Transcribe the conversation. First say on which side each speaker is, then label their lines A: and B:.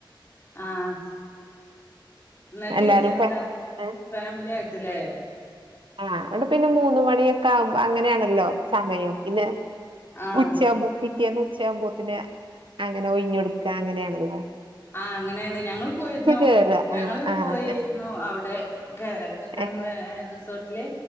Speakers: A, on the left (about 30°); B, on the right (about 80°).
A: ആഹ് ന്നട്ട്
B: എല്ലാരും
A: എന്ത,
B: ഫാ ഏ
A: ഫാമില്യായിട്ട് ലേ
B: ആഹ് ഇന്നട്ട് പിന്നെ മൂന്ന് മണിയൊക്കാകുമ്പ അങ്ങനേണല്ലോ സമയം പിന്നെ
A: ആഹ്
B: ഉച്ചയാമ്പൂ പിറ്റേന്ന് ഉച്ചയാമ്പൂത്തിന് അങ്ങനെ ഒഴിഞ്ഞൊടുക്ക അങ്ങനേണല്ലോ
A: ആഹ് അങ്ങനേണ്, ഞങ്ങള് പോയിര്ന്നു
B: കേറുക
A: ഞങ്ങള്
B: ആ ആ
A: പോയിരുന്നു
B: ഏ
A: അവ്ടെ ക കക്കാടം
B: ഏ
A: പൊയ റിസോട്ടില്